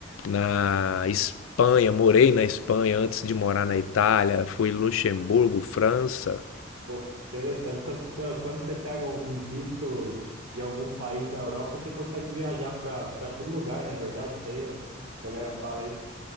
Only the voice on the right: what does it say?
<laughs>
Pô, interessante. Quando, quando quando você pega um, um visto de algum país na Europa, você consegue viajar para para todo lugar, não é verdade? Isso aí, ó, a galera fala isso.